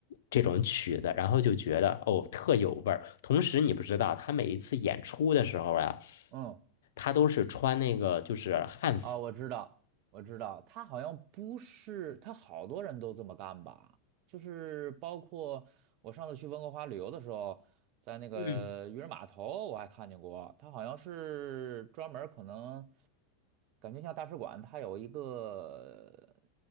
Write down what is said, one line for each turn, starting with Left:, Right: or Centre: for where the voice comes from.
Left: 这种曲子，然后就觉得哦特有味儿。同时，你不知道他每一次演出的时候呀、
Right: 嗯，
Left: 他都是穿那个就是汉服。
Right: 啊，我知道，我知道，他好像不是，他好多人都这么干吧？就是包括我上次去温哥华旅游的时候，在那个渔人码头，
Left: 嗯，
Right: 我还看见过，他好像是专门儿可能感觉像大使馆，它有一个呃